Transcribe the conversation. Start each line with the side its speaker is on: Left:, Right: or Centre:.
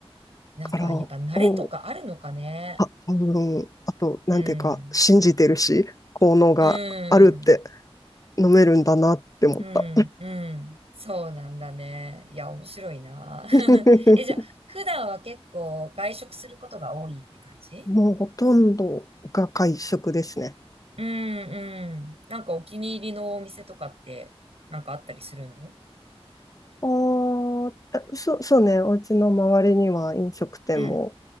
Right: やっぱ、
Left: から、
Right: やっぱ慣れとかあるのかね。
Left: おあ、あの、あと、なんていうか、
Right: うん、
Left: 信じてるし、効能があるって、
Right: うん。
Left: 飲めるんだなって思った。
Right: うん、うん。そうなんだね。いや、面白いな。<laughs>
Left: <laughs>
Right: え、じゃあ、普段は結構外食することが多いって感じ
Left: もうほとんどが会食ですね。
Right: うん、うん。なんかお気に入りのお店とかって、なんかあったりするの
Left: あーえそう、そうね、お家の周りには飲食店も
Right: うん、